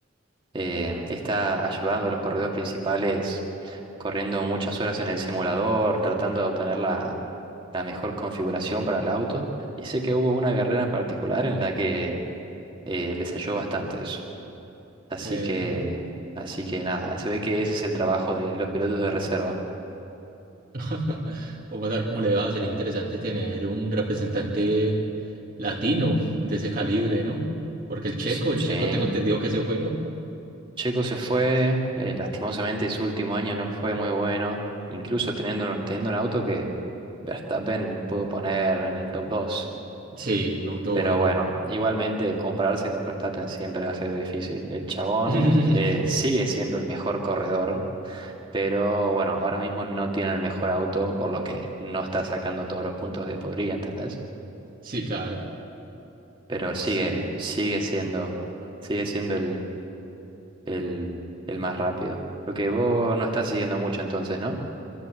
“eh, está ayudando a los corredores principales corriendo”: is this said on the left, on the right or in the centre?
Right